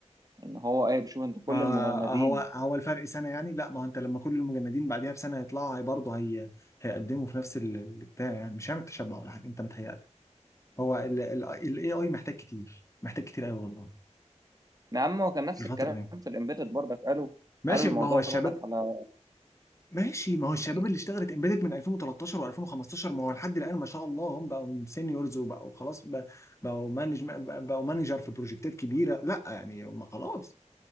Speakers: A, on the right; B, on the left.
A: ان هو ايه بيشوف انت
B: ما
A: كل المجندين
B: هو هو الفرق سنه يعني لا ما هو انت لما كل المجندين بعديها بسنه هيطلعوا هي برضه هي هيقدموا في نفس ال- البتاع يعني مش هيعمل تشبع ولا حاجه انت متهيألك هو الاي اي محتاج كتير محتاج كتير قوي والله
A: يا عم هو كان نفس
B: في الفتره
A: الكلام
B: دي
A: في الامبيدد برضك قالوا
B: ماشي
A: قالوا الموضوع
B: ما هو الشباب
A: برضك على
B: ماشي ما هو الشباب
A: يعني
B: اللي اشتغلت امبيدد من 2013 و2015 ما هو لحد الان ما شاء الله هم بقوا سينيورز وبقوا خلاص ب- بقوا مانج بقوا مانجر في بروجكتات كبيره لا يعني هم خلاص